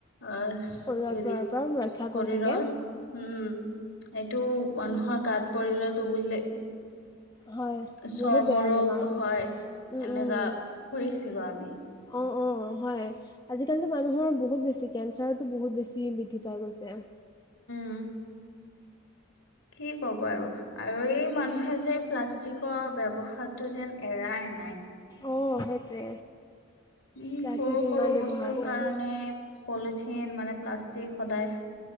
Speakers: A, on the left; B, on the left.
A: অহ
B: শৰীৰত
A: হেৰি
B: পৰাৰ পৰা ৰক্ষা
A: শৰীৰৰ,
B: কৰি থাকে
A: উম, এইটো মানুহৰ গাত পৰিলতো বুলিলে
B: হয়
A: চৰ্ম
B: বহুত বেয়া
A: ৰোগ
B: বেমাৰ হয়। উম
A: এনেকা
B: উম।
A: ফুৰিছিলো আমি
B: অঁ, হয় আজিকালিতো মানুহৰ বহুত বেছি, কেঞ্চাৰতো বহুত বেছি বৃদ্ধি পাই গৈছে।
A: উম। কি ক'ব আৰু আৰু এই মানুহে যে প্লাষ্টিকৰ ব ব্যৱহাৰটো যেন এৰাই নাই।
B: অঁ সেইটোৱে
A: ই
B: প্লাষ্টিক
A: সৰু
B: ইমান
A: সৰু বস্তুৰ
B: ব্যৱহাৰ কৰে
A: কাৰণে পলিথিন মানে প্লাষ্টিক সদায়